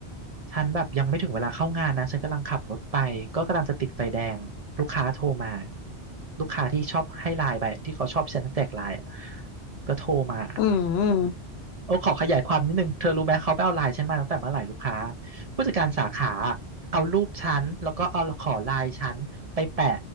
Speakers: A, on the right; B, on the left.
A: ฉันแบบยังไม่ถึงเวลาเข้างานนะฉันกำลังขับรถไปก็กำลังจะติดไฟแดงลูกค้าโทรมาลูกค้าที่ชอบให้ไลน์ไปที่เขาชอบฉันแจกไลน์อะก็โทรมา
B: อืม
A: โอ้ขอขยายความนิดนึงเธอรู้ไหมเขาไปเอาไลน์ฉันมาตั้งแต่เมื่อไหร่ลูกค้าผู้จัดการสาขาเอารูปฉันแล้วก็เอาขอไลน์ฉันไปแปะ